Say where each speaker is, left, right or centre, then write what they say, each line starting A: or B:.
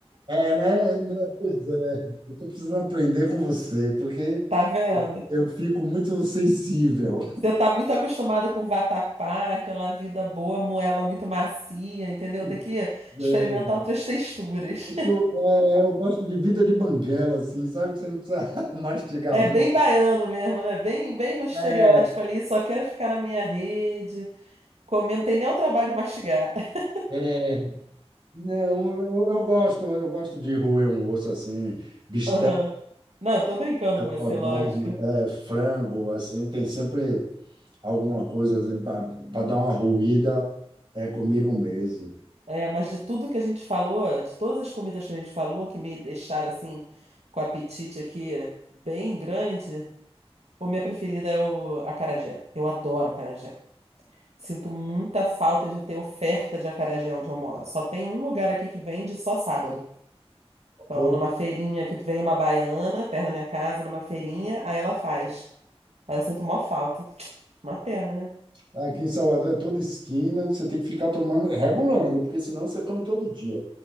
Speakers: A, on the right; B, on the right.
A: É, né? né, Pois é. Eu tô precisando aprender com você, porque
B: Tá vendo?
A: eu eu fico muito sensível.
B: Você tá muito acostumado com vatapá, aquela vida boa, moela muito macia, entendeu?
A: Pois
B: Tem que
A: é.
B: experimentar outras texturas.
A: Eu sou- é, eu gosto de vida de banguela, assim, sabe? Que você não precisa <laughs> mastigar
B: É
A: muito.
B: bem baiano mesmo, né? Bem, bem no estereótipo
A: É,
B: ali, só quero ficar na minha rede, comendo, tem nem o trabalho de mastigar. <laughs>
A: é. Não, eu, eu gosto, eu gosto de roer um osso assim, bisteca,
B: Aham. Não, eu tô brincando com você,
A: codorna,
B: lógico.
A: é, frango, assim, tem sempre. alguma coisa assim, para dar uma ruída, é comigo mesmo.
B: É, mas de tudo que a gente falou, de todas as comidas que a gente falou, que me deixaram assim, com o apetite aqui bem grande, o minha preferida é o acarajé. Eu adoro acarajé. Sinto muita falta de ter oferta de acarajé onde eu moro. Só tem um lugar aqui que vende só sábado. Então,
A: Pô,
B: é numa feirinha que vem uma baiana perto da minha casa, numa feirinha, aí ela faz. Aí eu sinto mó falta. Uma pena, né?
A: é. aqui em Salvador é toda esquina, você tem que ficar tomando, regulando, porque senão você come todo dia.